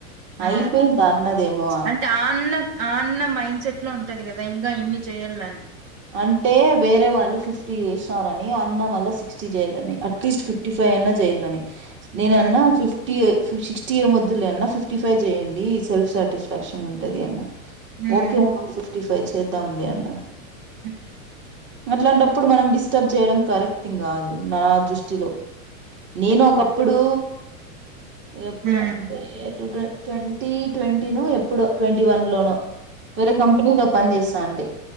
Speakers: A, on the right (about 55°); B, on the right (about 25°).
A: ఆ
B: అయిపోయింది అన్నదేమో
A: అంటే ఆ అన్న అ అన్న మైండ్ సెట్ లో ఉంటది కదా ఇంకా ఇన్ని చేయాలని
B: అంటే వేరే వాళ్ళు ఫిఫ్టీ చేసినారని అన్న మళ్ళ సిక్స్టీ చేయాలని అట్లీస్ట్ ఫిఫ్టీ ఫైవ్ అన్నా చేయ్యిల్లని నేను అన్నా
A: ఉమ్
B: ఫిఫ్టీ సిక్స్టీ ఏ మొద్దులే అన్న ఫిఫ్టీ ఫైవ్ చేయండి సెల్ఫ్ సాటిస్ఫాక్షన్ ఉంటది అన్న
A: ఉమ్
B: ఓకే అమ్మ ఫీఫ్టి ఫైవ్ చే చేద్దం లే అన్నడు
A: ఉమ్
B: అట్లాంటప్పుడు మనం డిస్టర్బ్ చేయడం కరెక్ట్ థింగ్ కాదు నా దృష్టిలో నేను ఒకప్పుడు పో ఎప్పుడు
A: ఉమ్
B: అం టే ఏటు ట్ ట్వంటీ ట్వంటీ ను ఎప్పుడో ట్వంటీ వన్ లోను వేరే కంపెనీలో పని చేస్తా న్ టి